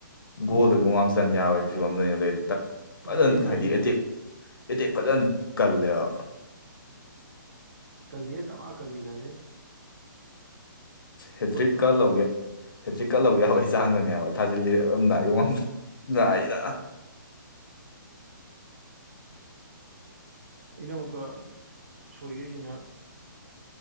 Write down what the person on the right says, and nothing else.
ꯎꯝ
ꯂꯩ ꯂꯩ
ꯂꯩ
ꯀꯜꯂꯤꯌꯦ ꯃ ꯀꯜꯂꯤ ꯀ
ꯐꯅ
ꯑꯩꯅ ꯑꯃꯨꯛꯀ ꯁꯣꯏꯒꯦꯁꯤꯅ